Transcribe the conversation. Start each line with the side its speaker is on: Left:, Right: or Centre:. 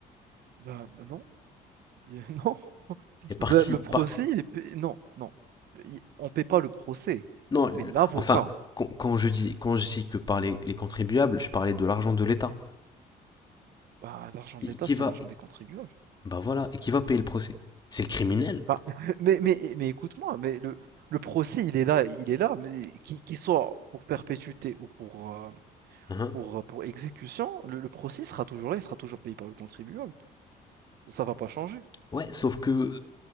Right: Bah, bah non. Il est- <laughs> Non,
Left: Et par
Right: le
Left: qui
Right: le procès,
Left: par...
Right: il est payé- Non, non. Il- On paie pas le procès,
Left: Non,
Right: on
Left: le-
Right: paie l'avocat.
Left: enfin, quand, quand je dis, quand je dis que par les, les contribuables, je parlais de l'argent de l'État.
Right: Bah, l'argent
Left: Qui,
Right: de l'État,
Left: qui
Right: c'est
Left: va,
Right: l'argent des contribuables.
Left: Bah voilà, et qui va payer le procès C'est le criminel.
Right: Bah, <laughs> mais mais, mais écoute-moi, mais le, le procès, il est là, il est là, mais qu'il qu'il soit pour perpétuité ou pour, euh,
Left: Hein
Right: pour, euh, pour exécution, le, le procès sera toujours là, il sera toujours payé par le contribuable. Ça va pas changer.
Left: Ouais, sauf que...